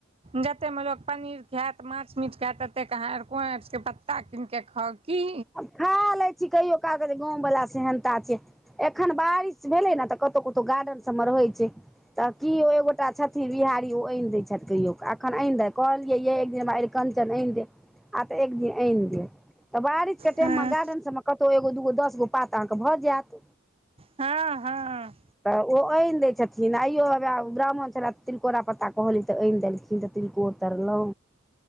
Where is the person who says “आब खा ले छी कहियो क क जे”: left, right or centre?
Centre